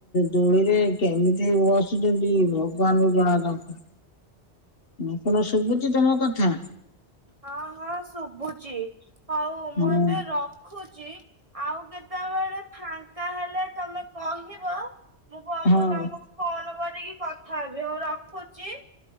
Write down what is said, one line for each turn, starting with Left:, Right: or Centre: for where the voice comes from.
Left: ଦୋଳିରେ କେମିତି ବସୁଚନ୍ତି ଭ ଗବାନ ଜଣା ଥବ। ମୁଁ କଣ ଶୁଭୁଚି ତମ କଥା।
Right: ହଁ ହଁ ଶୁଭୁଚି ହଉ
Left: ହଁ
Right: ମୁଁ ଏବେ ରଖୁଚି ଆଉ କେତେବେଳେ ଫାଙ୍କା ହେଲେ ତମେ କହିବ। ମୁଁ ପମ
Left: ହଉ
Right: ତମକୁ ଫୋନ କରିକି କଥା ହେବି ହଉ ରଖୁଚି।